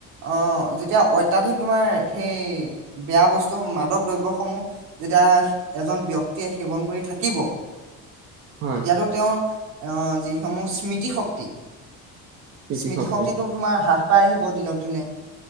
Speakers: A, on the right (about 55°); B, on the right (about 40°).
A: অ যেতিয়া অত্য়াধিক তোমাৰ সেই বেয়া বস্তু মাদক দ্ৰব্য়সমূহ যেতিয়া এজন ব্ক্তি এতিয়া সেৱন কৰি থাকিব
B: হয়
A: তেতিয়াতো তেওঁৰ আহ যিসমূহ স্মৃতি শক্তি
B: স্মৃতি
A: স্মৃতিশক্তিটো
B: শক্তি
A: তোমাৰ হ্ৰাস পাই আহিব দিনক দিনে